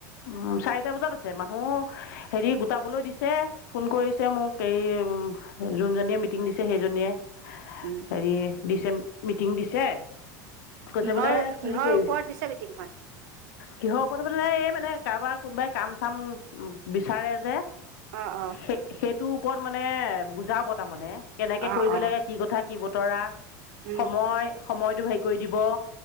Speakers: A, on the left (about 80°); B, on the right (about 80°).
A: উম, চাৰিটা বজাত আছে মানুহ হেৰি গোটাবলৈ দিছে, ফোন কৰিছে মোক। এই যোনজনীয়ে মিটিং দিছে সেইজনীয়ে
B: উম
A: হেৰি ডিচেম মিটিং দিছ চে কৈছে
B: কিহৰ
A: বোলে হেৰি
B: কিহৰ
A: কৰিবি।
B: ওপৰত দিছে মিটিংখন
A: কিহঁৰ ওপৰত মানে মানে কাৰবাৰ কোনোবাই কাম চাম বিচাৰে যে,
B: অ অ
A: সেই সেই টোৰ ওপৰত মানে বুজ জাব তাৰমানে, কেনেকে
B: অ
A: কৰিব
B: অ
A: লাগে, কি কথা, কি বতৰা।
B: উম
A: সময়, সময় টো হেই কৰি দিব